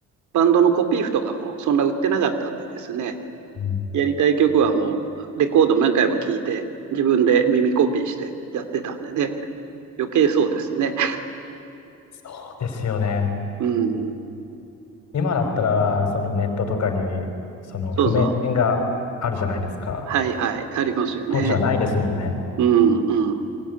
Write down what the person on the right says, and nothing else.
バンドのコピー譜とかもそんな売ってなかったんでですね、
やりたい曲はもうレコード何回も聴いて、自分で耳コピーしてやってたんでね。余計そうですね。
<laughs> うん。
そうそう。はいはい。ありますよね。
うんうん。